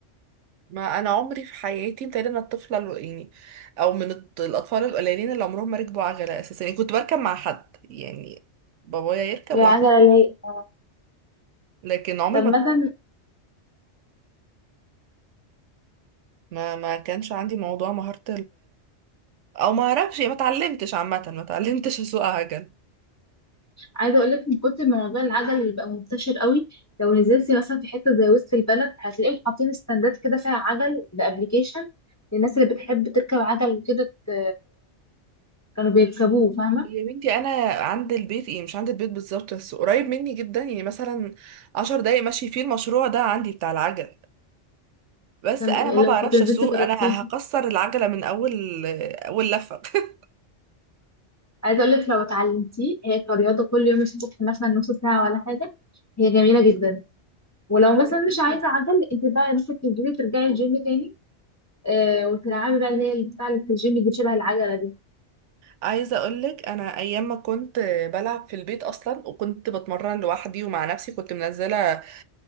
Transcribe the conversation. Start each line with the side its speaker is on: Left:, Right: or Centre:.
Right: ما انا عمري في حياتي متهيألي انا الطفله ال- يعني او من الط- الاطفال القليلين اللي عمرهم ما ركبوا عجله اساسا يعني كنت بركب مع حد يعني بابايا يركب
Left: العجله
Right: وانا
Left: اللي هي
Right: لكن عمري
Left: طب
Right: ما
Left: مثلا
Right: ما, ما كانش عندي موضوع مهاره او ما اعرفش ما اتعلمتش عامه ما اتعلمتش اسوق عجل
Left: عايزه اقول لك من كتر ما موضوع العجل اللي بقى منتشر قوي لو نزلتي مثلا في حته زي وسط البلد هتلاقيهم حاطين ستاندات كده فيها عجل بابلكيشن للناس اللي بتحب تركب عجل وكده ت- كانوا بيركبوه فاهمه
Right: يا بنتي انا عند البيت ايه مش عند البيت بالظبط بس قريب مني جدا يعني مثلا عشر دقايق ماشي فيه المشروع ده عندي بتاع العجل بس
Left: كان-
Right: انا ما
Left: لو
Right: بعرفش
Left: كنت نزلت
Right: اسوق
Left: جربتيه
Right: انا هكسر العجله من اول اول لفه <laughs>
Left: عايزه اقول لك لو اتعلمتيه هي كرياضه كل يوم الصبح مثلا نص ساعه ولا حاجه هي جميله جدا ولو مثلا
Right: أكيد.
Left: مش عايزه عجل انت بقى ممكن تنزلي ترجعي الجيم تاني آه وتلعبي بقى اللي هي بتاع اللي في الجيم دي شبه العجله دي
Right: عايزه اقولك انا ايام ما كنت بلعب في البيت اصلا وكنت بتمرن لوحدي ومع نفسي كنت منزله